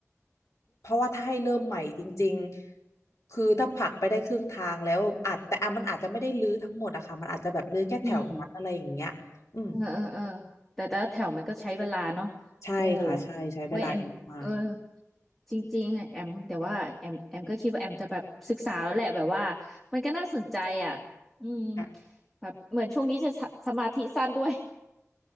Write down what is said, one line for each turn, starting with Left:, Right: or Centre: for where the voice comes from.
Left: เพราะว่าถ้าให้เริ่มใหม่จริงๆคือถ้าผลักไปได้ครึ่งทางแล้วอาจแต่อ่ะมันอาจจะไม่ได้รื้อทั้งหมดอะค่ะมันอาจจะแบบรื้อแค่แถวนั้นอะไรอย่างเงี้ยอืม
Centre: อืมเออเออเออแต่แต่ละแถวมันก็ใช้เวลาเนาะโอ้
Left: ใช่ค่ะใช่ใช้เวลาเยอะมาก
Centre: เว้ยแอมเออจริงๆอะแอมแต่ว่าแอมแอมก็คิดว่าแอมจะแบบศึกษาแล้วแหละแบบว่ามันก็น่าสนใจอ่ะอืม
Left: ค่ะ <laughs>
Centre: แบบเหมือนช่วงนี้จะสสมาธิสั้นด้วย